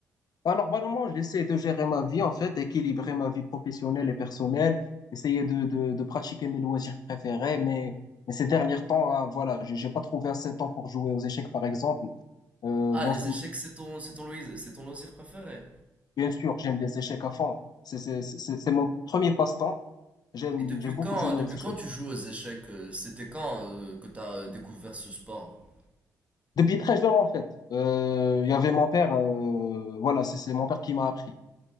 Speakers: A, on the left; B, on the right.
A: Alors, normalement, j'essaie de gérer ma vie en fait, équilibrer ma vie professionnelle et personnelle, essayer de de, de pratiquer mes loisirs préférés. Mais mais ces derniers temps, ah, voilà, j'ai j'ai pas trouvé assez de temps pour jouer aux échecs, par exemple. Euh,
B: Ah,
A: bon,
B: les échecs, c'est ton, c'est ton, loisir, c'est ton loisir préféré.
A: Bien sûr, j'aime les échecs à fond. C'est c'est- c'est- c'est mon premier passe-temps. J'aime,
B: Et depuis
A: j'ai beaucoup
B: quand,
A: joué
B: depuis
A: aux échecs.
B: quand tu joues aux échecs? euh, C'était quand euh, que t'as euh, découvert ce sport?
A: Depuis très jeune, en fait. Euh, Il y avait mon père, euh, voilà, c'est c'est mon père qui m'a appris.